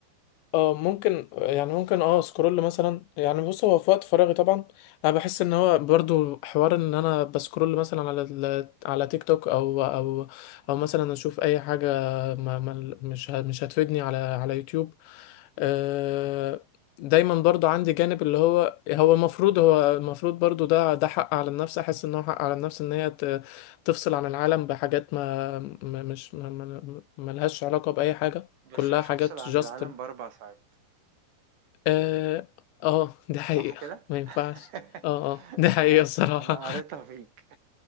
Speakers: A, on the left; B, on the right.
A: اه ممكن يعني ممكن اه سكرول مثلا يعني بص هو في وقت فراغي طبعا انا بحس ان هو برضو حوار ان انا بسكرول مثلا على ال- على تيك توك او او او مثلا اشوف اي حاجه ما ما مش ه- مش هتفيدني على على يوتيوب آه، دايما برضو عندي جانب اللي هو هو المفروض هو المفروض برضو ده ده حق على النفس احس ان هو حق على النفس ان هي ت- تفصل عن العالم بحاجات ما ما- مش ما ما- ما لهاش علاقه باي حاجه
B: بس
A: كلها
B: مش
A: حاجات
B: هفصل عن
A: جاست
B: العالم باربع ساعات
A: اه آه، ده حقيقة
B: صح كده
A: ما ينفعش
B: <laughs>
A: اه اه ده حقيقة
B: انا
A: الصراحة
B: انا قريتها فيك